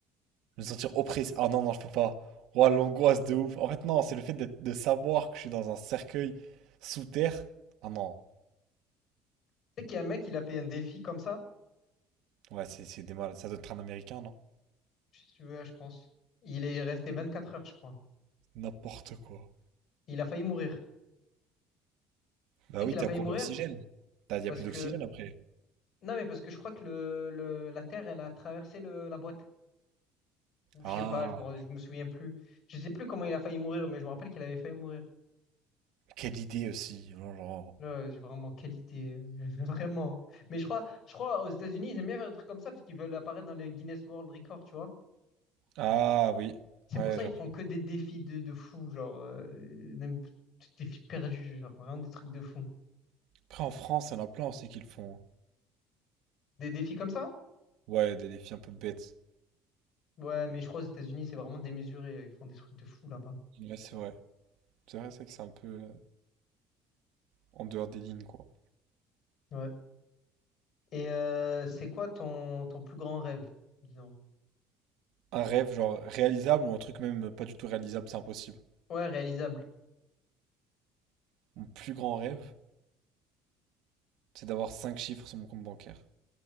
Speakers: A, on the right; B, on the left.
A: je vais me sentir oppressé. Ah non, non, je peux pas. Ouah, l'angoisse de ouf. En fait, non, c'est le fait d'être- de savoir que je suis dans un cercueil sous terre. Ah non.
B: Tu sais qu'il y a un mec, il a fait un défi comme ça.
A: Ouais, c'est c'est des malades. Ça doit être un Américain, non?
B: Si tu veux, je pense. Il est resté 24 heures, je crois.
A: N'importe quoi.
B: Il a failli mourir.
A: Bah
B: Tu sais
A: oui,
B: qu'il
A: t'es
B: a failli
A: en cours
B: mourir?
A: d'oxygène. T'as, y
B: Parce
A: a plus
B: que.
A: d'oxygène après.
B: Non, mais parce que je crois que le, le- la Terre, elle a traversé le, la boîte. Ou je
A: Ah,
B: sais pas, je me, je me souviens plus. Je sais plus comment il a failli mourir, mais je me rappelle qu'il avait failli mourir.
A: quelle idée aussi. Oh là là.
B: Là, j'ai vraiment, quelle idée. euh, <laughs> Vraiment. Mais je crois, je crois aux États-Unis, ils aiment bien faire des trucs comme ça parce qu'ils veulent apparaître dans le Guinness World Record, tu vois.
A: Ah oui,
B: C'est
A: ouais,
B: pour ça
A: j'ai
B: ils
A: appris.
B: font que des défis de, de fous, genre, euh, même des défis perdus, genre, vraiment des trucs de fous.
A: Après, en France, il y en a plein aussi qui le font. hein.
B: Des défis comme ça?
A: Ouais, des défis un peu bêtes.
B: Ouais, mais je crois aux États-Unis, c'est vraiment démesuré. Ils font des trucs de fou là-bas.
A: Ouais, c'est vrai. C'est vrai, c'est vrai que c'est un peu euh, en dehors des lignes, quoi.
B: Ouais. Et euh, c'est quoi ton, ton plus grand rêve, disons?
A: Un rêve, genre réalisable ou un truc même pas du tout réalisable, c'est impossible.
B: Ouais, réalisable.
A: Mon plus grand rêve, c'est d'avoir 5 chiffres sur mon compte bancaire.